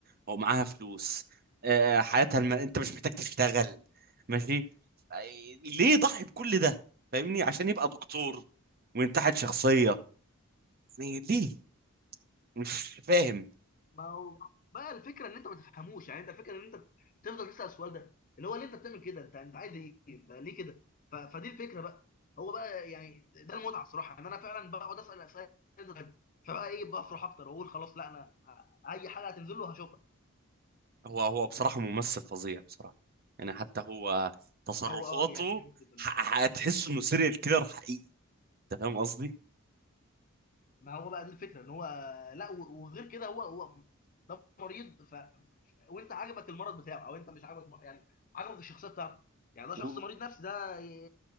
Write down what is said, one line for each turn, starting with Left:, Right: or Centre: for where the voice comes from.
Right: ومعاها فلوس آه، آه، حياتها الم... انت مش محتاج تشتغل ماشي آه، ليه ضحي بكل ده فاهمني عشان يبقى دكتور وينتحل شخصية يعني ليه مش فاهم
Left: ما هو بقى الفكره ان انت ما تفهموش يعني انت الفكره ان انت تفضل تسال السؤال ده اللي هو ليه انت بتعمل كده انت انت عايز ايه ده ليه كده ف... فدي الفكره بقى هو بقى يعني ده المتعه الصراحه ان انا فعلا بقعد اسال اسئله غريبة. فبقى ايه بفرح اكتر واقول خلاص لا انا اي حاجه هتنزل له هشوفها
Right: هو هو بصراحة ممثل فظيع بصراحة يعني حتى هو تصرفاته
Left: هو اه يعني جامد جدا
Right: ح- هتحس انه سيريال
Left: بصراحه
Right: كيلر حقيقي انت فاهم قصدي؟
Left: ما هو بقى دي الفكره ان هو لا و- وغير كده هو هو ده مريض ف وانت عجبك المرض بتاعه او انت مش عجبك يعني عجبك الشخصيه بتاعته يعني ده شخص
Right: و...
Left: مريض نفسي ده ي-